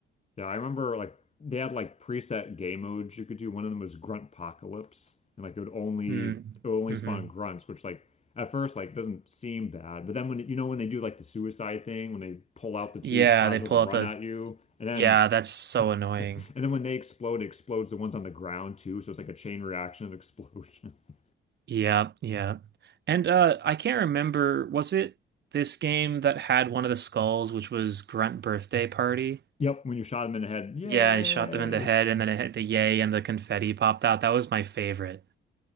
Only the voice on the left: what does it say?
Yeah, I remember like they had like preset game modes you could do. One of them was Grunt Apocalypse, and like it would only
it would only
spawn grunts, which like at first like doesn't seem bad, but then when you know when they do like the suicide thing, when they pull out the two
plasmas
and
run
at you, and then
<laughs>
and then when they explode, it explodes the ones on the ground too, so it's like a chain reaction of explosion. <laughs>
Yep, when you shot them in the head, yay!